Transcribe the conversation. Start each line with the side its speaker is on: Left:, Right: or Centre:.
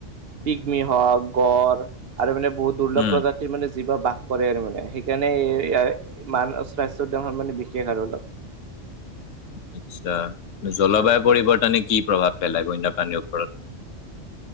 Right: পিকমি হওক গড় আৰু মানে বহুত দুৰ্লভ
Left: উম
Right: প্ৰজা তিৰ মানে যিবা বাস কৰে আৰু মানে সেইকাৰণে ইয়াৰ মান স্বাস্থ্যৰ মানে বিশেষ আৰু অলপ
Left: আচ্ছা। জলবায়ু পৰিৱৰ্তনে কি প্ৰভাৱ পেলাই বন্য প্ৰানীৰ ওপৰত